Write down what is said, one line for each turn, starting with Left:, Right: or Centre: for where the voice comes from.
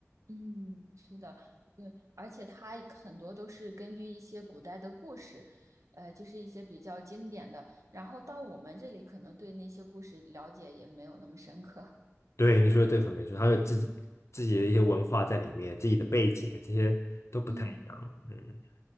Right: 嗯，<laughs> 是的，对，而且它很多都是根据一些古代的故事，呃，就是一些比较经典的，然后到我们这里可能对那些故事了解也没有那么深刻。
Left: 对，你说的这个很没错，他有自己自己的一些文化在里面，自己的背景这些都不太一样。
Right: 嗯
Left: 嗯，